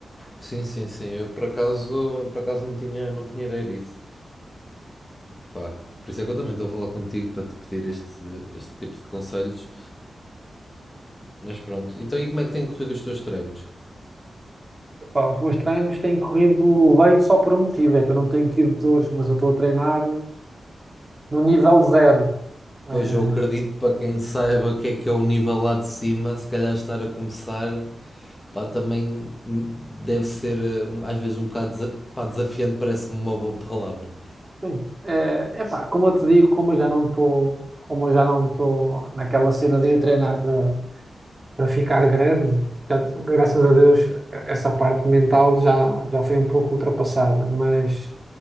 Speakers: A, on the left; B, on the right.
A: Sim, sim, sim. Eu por acaso, por acaso não tinha, não tinha ideia disso. Pá, por isso é que eu também estou a falar contigo para te pedir este, este tipo de conselhos. Mas pronto. Então, e como é que têm corrido os teus treinos?
B: Pá, os meus treinos têm corrido bem só por um motivo, é que eu não tenho tido dores, mas eu estou a treinar no nível zero. Eh,
A: Pois eu acredito para quem saiba o que é que é o nível lá de cima, se calhar estar a começar, pá, também deve ser eh, um- às vezes um bocado desa- pá, desafiante, parece-me uma boa palavra.
B: sim. é epá, como eu te digo, como eu já não estou, como eu já não estou naquela cena de ir treinar para para ficar grande, já, graças a Deus eh, essa parte mental já, já foi um pouco ultrapassada, mas